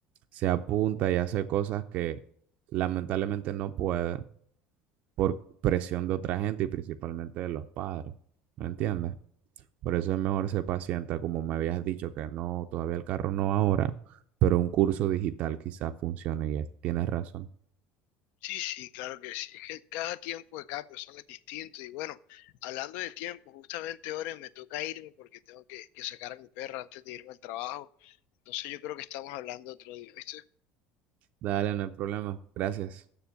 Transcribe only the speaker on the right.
se apunta y hace cosas que lamentablemente no puede por presión de otra gente y principalmente de los padres, ¿me entiendes? Por eso es mejor ser paciente, como me habías dicho que no, todavía el carro no ahora, pero un curso digital quizás funcione y es- tienes razón.
Dale, no hay problema. Gracias.